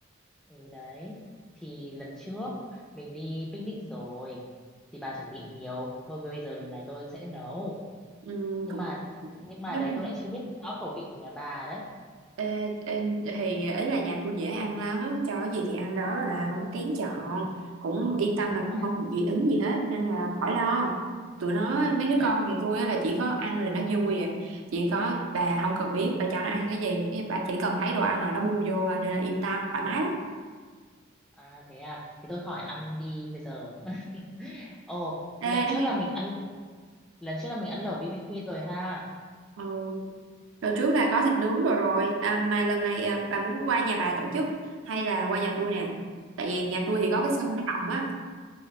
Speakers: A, in the centre; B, on the right (about 70°).
A: ừ đấy. Thì lần trước mình đi picnic rồi. Thì bà chuẩn bị nhiều. Thôi bây giờ lần này tôi sẽ nấu.
B: Ừ,
A: Nhưng
B: cũng
A: mà nhưng mà
B: nhưng
A: đấy
B: mà
A: tôi lại chưa biết rõ khẩu vị của nhà bà đấy.
B: Ê, ê, thì ấy là nhà tôi dễ ăn lắm cho cái gì thì ăn đó là không có kén chọn cũng yên tâm
A: Thế thôi
B: là cũng
A: khỏi
B: không bị dị ứng gì hết nên là khỏi lo tụi nó mấy đứa
A: thế à?
B: con nhà tôi á là chỉ có ăn là nó vui à chỉ có bà không cần biết bà cho nó ăn cái gì cái bà chỉ cần thấy đồ ăn là nó bu vô à, nên là yên tâm thoải mái lắm
A: À thế à. Thế tôi khỏi ăn đi bây giờ. <laughs> Ồ, lần
B: Ê, nó
A: trước
B: nghe
A: là mình ăn lẩu lần trước là mình ăn lẩu BBQ rồi ha.
B: ừ. rồi trước là có thịt nướng rồi rồi à, mà lần này à, bà muốn qua nhà bà tổ chức hay là qua nhà tôi nè tại vì nhà tôi thì có
A: Chắc
B: cái sân
A: là
B: nó rộng á